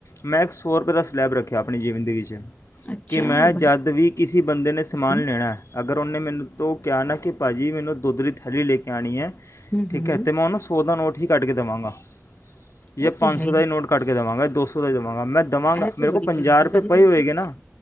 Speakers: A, on the left; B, on the left.
A: ਮੈਂ ਇੱਕ ਸੌ ਰੁਪਏ ਦਾ ਸਲੈਬ ਰੱਖਿਆ ਆਪਣੀ ਜ਼ਿੰਦਗੀ ਚ
B: ਅੱਛਾ
A: ਕਿ ਮੈਂ
B: ਹੂੰ
A: ਜਦ ਵੀ ਕਿਸੇ ਬੰਦੇ ਨੇ ਸਮਾਨ
B: ਹੂੰ
A: ਲੈਣਾ ਅਗਰ ਉਹਨੇ ਮੈਨੂੰ ਤੋਂ ਕਿਹਾ ਨਾ ਕਿ ਭਾਅ ਜੀ ਮੈਨੂੰ ਦੁਧ ਦੀ ਥੈਲੀ ਲੈ ਕੇ ਆਉਣੀ ਹੈ।
B: ਹੂੰ
A: ਠੀਕ
B: ਹੂੰ
A: ਹੈ ।ਤੇ ਮੈਂ ਉਹ ਨਾ ਸੌ ਦਾ ਨੋਟ ਅਸੀਂ ਕੱਢ ਕੇ ਦੇਵਾਂਗਾ। ਜਾਂ
B: ਉਹ ਤੇ
A: ਪੰਜ
B: ਹੈ
A: ਸੌ ਦਾ ਹੀ ਨੋਟ ਕੱਢ ਕੇ ਦੇਵਾਂਗਾ। ਦ ਸੌ ਦਾ ਜਮਗ ਮੈਂ ਦੇਵਾਂਗਾ।
B: ਇਹ ਤੇ
A: ਮੇਰੇ
B: ਬੜੀ
A: ਕੋਲ ਪੰਜਾਹ
B: ਚੰਗੀ
A: ਰੁਪਏ
B: ਗੱਲ
A: ਪਏ
B: ਕਰਦੇ
A: ਹੋਏਗੇ।
B: ਹੋ ਤੁਸੀਂ।
A: ਨਾ